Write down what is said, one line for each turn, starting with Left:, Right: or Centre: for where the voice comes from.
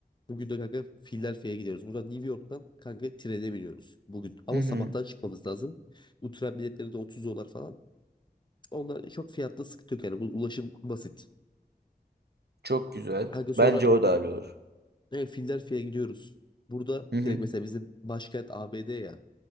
Left: Bugün de kanka Philadelphia'ya gidiyoruz. Buradan New York'tan kanka trene biniyoruz bugün. Ama
Right: Hı hı.
Left: sabahtan çıkmamız lazım. Bu tren biletleri de 30 dolar falan. Onlar çok fiyatla sıkıntı yok yani. Bu ulaşım basit.
Right: Çok güzel.
Left: Kanka sonra
Right: Bence o da hallolur.
Left: e, Philadelphia'ya gidiyoruz. Burada
Right: Hı hı.
Left: direkt mesela bizim başkent ABD ya.